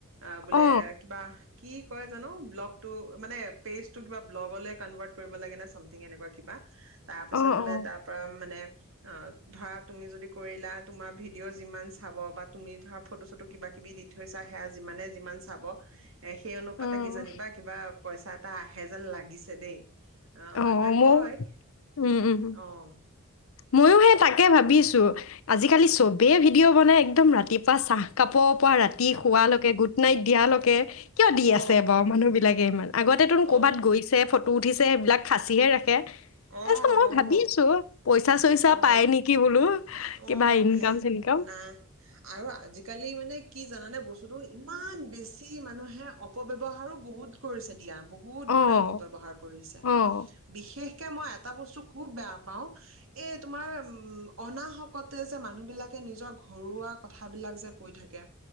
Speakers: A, on the right (about 65°); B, on the left (about 70°).
A: অহ বোলে
B: অঁ
A: কিবা কি কয় জানো ব্লগটো মানে পেজটো কিবা ব্লগ কনভাৰ্ট কৰিব লাগে ন চামথিং এনেকুৱা কিবা তাৰপিছত
B: অঁ
A: বোলে
B: অঁ
A: তাৰ পৰা মানে অ ধৰা তুমি যদি কৰিলা তোমাৰ ভিডিঅ' যিমান চাব বা তুমি ধৰা ফটো চটো কিবা কিবি দি থৈছা সেয়া যিমানে যিমান চাব এ সেই অনুপাতে
B: অঁ
A: কিজানি বা কিবা পইচা এটা আহে যেন লাগিছে দেই আহ
B: অঁ
A: মানুহে
B: মোৰ
A: কয়
B: উম উম
A: অহ
B: ময়ো হে তাকে ভাবিছো আজিকালি চবেই ভিডিঅ' বনাই একদম ৰাতিপুৱা চাহ কাপ পূৱা পৰা ৰাতি শোৱালৈকে গুড নাইট দিয়ালৈকে কিয় দি
A: অ
B: আছে বাৰু মানুহ বিলাকে ইমান আগতে তোনো
A: অ
B: ক'বাত গৈছে উঠিছে সেইবিলাক সাঁচীহে ৰাখে তাৰপিছত
A: অ', অ',
B: মই ভাবি আছো পইচা চইচা
A: অ',
B: পাই নেকি বোলো।
A: অ',
B: কি ভাই ইনকম চনকম
A: নাই আৰু আজিকালি মানে কি জানানে বস্তুতটো ইমান বেছি মানুহে অপৱহাৰো বহুত কৰিছে। দিয়া বহু ধৰণে
B: অঁ
A: অপব্য়ৱহাৰ কৰিছে,
B: অঁ
A: বিশেষ তে মই এটা বস্তু খুব বেয়া পাও এ তোমাৰ উম অনাহকতে যে মানুহবিলাকে নিজৰ ঘৰুৱা কথাবিলাক যে কৈ থাকে